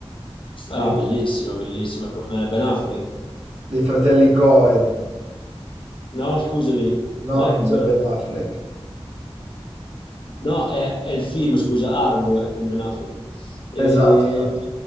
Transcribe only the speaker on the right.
Dei,
dei fratelli Cohen.
No,
non
c'è
Ben
Affleck.
Esatto, esatto.